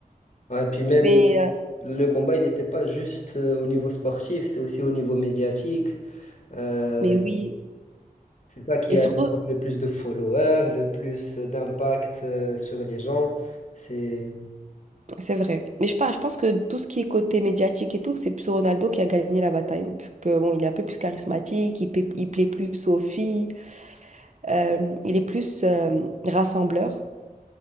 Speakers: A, on the left; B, on the right.
A: Ouais, puis même
B: Mais, euh,
A: le combat, il n'était pas juste euh, au niveau sportif, c'était aussi au niveau médiatique. Euh,
B: mais oui.
A: c'est ça qui
B: Et
A: allait
B: surtout,
A: avoir le plus de followers, le plus d'impact euh, sur les gens. C'est
B: c'est vrai. Mais je, pas- je pense que tout ce qui est côté médiatique et tout, c'est plus Ronaldo qui a gagné la bataille. Parce que bon, il est un peu plus charismatique, il, paie- il plaît plus aux filles, euh, il est plus euh, rassembleur,